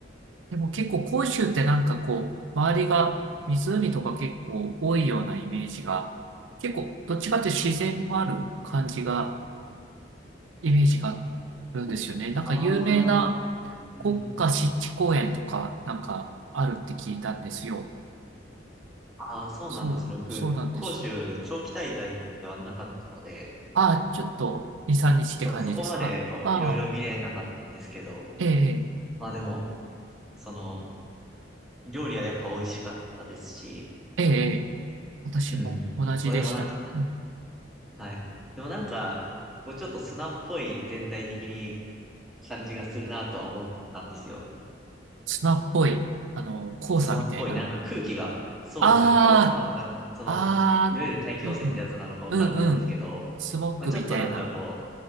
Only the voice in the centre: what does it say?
そうです。
ああ、うん。
ああ、そうなんですね。
僕、
広州長期滞在ではなかったので、
そう、そこまで、こう、いろいろ見れなかったんですけど、
まあでも、その、料理はやっぱ美味しかったですし、
うん。まあでもなんか、
はい。でもなんか、こう、ちょっと砂っぽい全体的に感じがするなとは思ったんですよ。
砂っぽい、なんか空気が、そうですね、
黄砂なのか、その、
いわゆる大気汚染ってやつなのかわかんないんですけど、
まあちょっとなんかこ